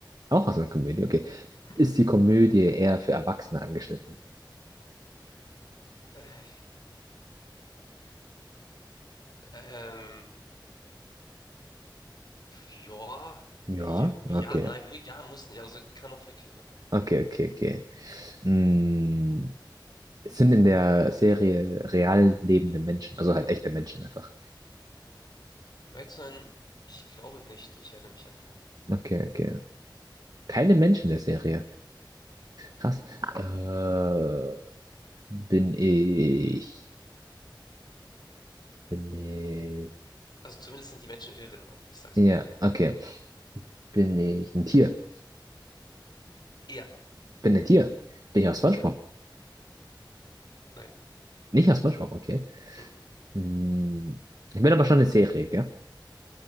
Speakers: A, on the right (about 50°); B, on the left (about 60°).
A: Auch aus einer Komödie, okay.
B: Mhm.
A: Ist die Komödie eher für Erwachsene angeschnitten?
B: Äh, ähm, ja.
A: Ja,
B: Ja,
A: okay.
B: ja, nein, mu- ja, muss nicht. Also kann auch für Kinder.
A: Okay, okay, okay. Mm, es sind in der Serie real lebende Menschen, also halt echte Menschen einfach.
B: Um ehrlich zu sein, ich glaube nicht. Ich erinnere mich an keine.
A: Okay, okay. Keine Menschen in der Serie. Krass. Äh, bin ich, bin ich,
B: Also zumindest sind die Menschen irrelevant. Ich sag's
A: ja,
B: mal so.
A: okay. Bin ich ein Tier?
B: Ja.
A: Bin ein Tier? Bin ich aus SpongeBob?
B: Ja. Nein.
A: Nicht aus SpongeBob, okay.
B: Mhm.
A: Mm, ich bin aber schon eine Serie, gell?